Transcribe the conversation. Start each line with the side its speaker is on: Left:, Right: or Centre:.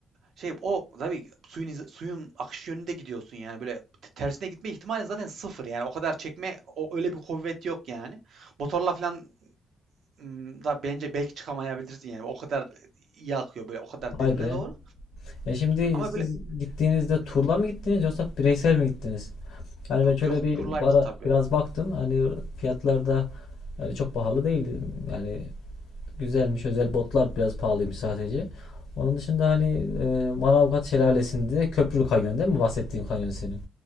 Right: şey o tabii suyun izi- suyun akış yönünde gidiyorsun yani böyle t- tersine gitme ihtimalin zaten sıfır yani o kadar çekme o öyle bir kuvvet yok yani. Motorla falan ım, da bence belki çıkamayabilirsin yani o kadar iyi akıyor böyle o kadar derine
Left: Vay be.
Right: doğru
Left: E şimdi
Right: ama
Left: siz
Right: böyle
Left: gittiğinizde
Right: ım,
Left: turla mı gittiniz yoksa bireysel mi gittiniz? Yani
Right: yok
Left: ben şöyle
Right: yok
Left: bir
Right: turlaydı
Left: ara
Right: tabii.
Left: biraz baktım. Hani fiyatlarda yani çok pahalı değil. Yani Güzelmiş. Özel botlar biraz pahalıymış sadece. Onun dışında hani e, Manavgat Şelalesi'nde köprülü kanyon değil mi? Bahsettiğin kanyon senin.